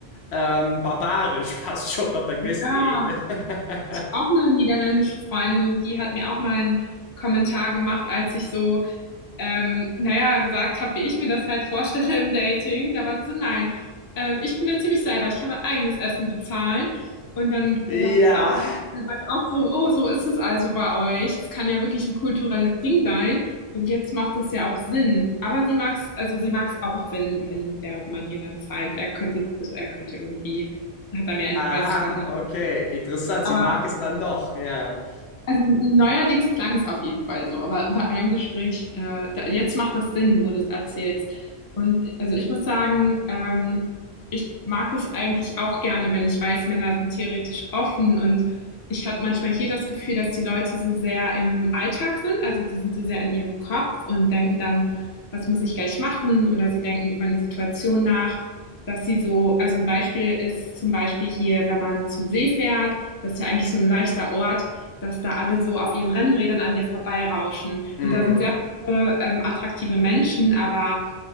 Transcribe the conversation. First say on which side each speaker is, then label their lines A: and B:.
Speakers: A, on the left (about 75°); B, on the left (about 25°).
A: ähm, barbarisch, <laughs> fast schon auf einer gewissen
B: Ah,
A: Ebene. <laughs>
B: auch eine niederländische Freundin und die hat mir auch mal einen Kommentar gemacht, als ich so ähm, naja, gesagt habe, wie ich mir das halt vorstelle im Dating. Da war sie so, nein, ähm, ich bin ja ziemlich selber, ich kann mein eigenes Essen bezahlen. Und dann dachte
A: Ja.
B: ich auch, da war ich auch so, oh, so ist es also bei euch. Es kann ja wirklich ein kulturelles Ding sein. Und jetzt macht es ja auch Sinn. Aber sie mag es, also sie mag es auch, wenn, wenn der Mann ihr dann zeigt, er könnte, also er könnte irgendwie, hat er mehr Investment,
A: Aha,
B: ne?
A: okay. Interessant.
B: Aber
A: Sie mag es dann doch. Ja.
B: also neuerdings klang es auf jeden Fall so, aber bei einem Gespräch, äh, da, jetzt macht das Sinn, wo du es erzählst. Und also ich muss sagen, ähm, ich mag es eigentlich auch gerne, wenn ich weiß, Männer sind theoretisch offen und ich habe manchmal hier das Gefühl, dass die Leute so sehr im Alltag sind, also die sind so sehr in ihrem Kopf und denken dann, was muss ich gleich machen oder sie denken über eine Situation nach, dass sie so, also ein Beispiel ist zum Beispiel hier, wenn man zum See fährt, das ist ja eigentlich so ein leichter Ort, dass da alle so auf ihren Rennrädern an dir vorbeirauschen.
A: Mm,
B: Und da sind sehr viele ähm, attraktive Menschen, aber